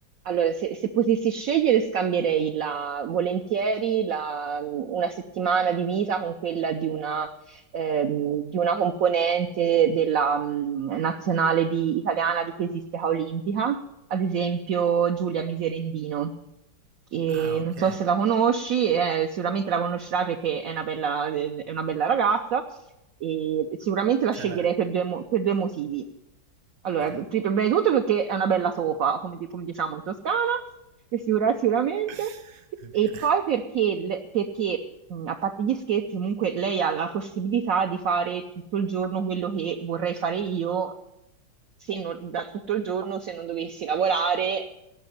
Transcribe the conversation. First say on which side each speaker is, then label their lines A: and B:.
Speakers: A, on the right; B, on the right.
A: Allora, se, se potessi scegliere, scambierei la- volentieri la- una settimana di vita con quella di una ehm, di una componente della mh, nazionale di- italiana di pesistica olimpica, ad esempio Giulia Miserendino, che
B: Ah, ok.
A: non so se la conosci, eh, sicuramente la conoscerai perché è una bella, è una bella ragazza, e sicuramente la
B: Cioè,
A: sceglierei per due, mo- per due motivi. Allora,
B: ah.
A: pri- prima di tutto perché è una bella sopa, come, di- come diciamo in Toscana, e sicura- sicuramente.
B: <laughs>
A: E poi perché, le- perché, mh, a parte gli scherzi, comunque lei ha la possibilità di fare tutto il giorno quello che vorrei fare io, se non- da tutto il giorno se non dovessi lavorare